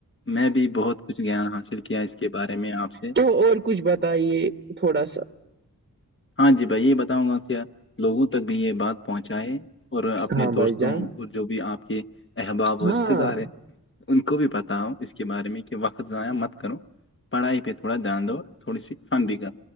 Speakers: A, on the left (about 35°); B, on the right (about 30°).
A: میں بھی بہت کچھ گیان حاصل کیا اس کے بارے میں آپ سے
B: تو اور کچھ بتائیے تھوڑا سا
A: ہاں جی بھائی یہ بتاؤں گا کہ لوگوں تک بھی یہ بات پہنچائے اور اپنے
B: ہاں
A: دوستوں
B: بھائی جان
A: اور جو بھی آپ کے احباب اور
B: ہاں
A: رشتے دار ان کو بھی پتا ہو اس کے بارے میں کہ وقت ضائع مت کرو پڑھائی پہ تھوڑا دھیان دو تھوڑی سی فن بھی کر